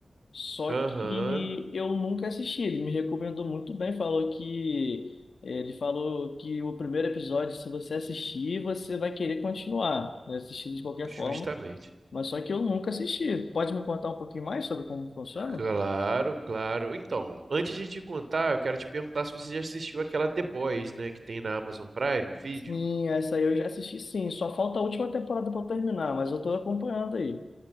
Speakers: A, on the left; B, on the right.
A: Só
B: Aham,
A: que eu nunca assisti. Ele me recomendou muito bem, falou que ele falou que o primeiro episódio, se você assistir, você vai querer continuar, assistir de qualquer
B: justamente.
A: forma. Mas só que eu nunca assisti. Pode me contar um pouquinho mais sobre como funciona?
B: Claro, claro. Então, antes de te contar, eu quero te perguntar se você já assistiu aquela The Boys, né, que tem na Amazon Prime Video.
A: Sim, essa aí eu já assisti, sim. Só falta a última temporada para terminar, mas eu tô acompanhando aí.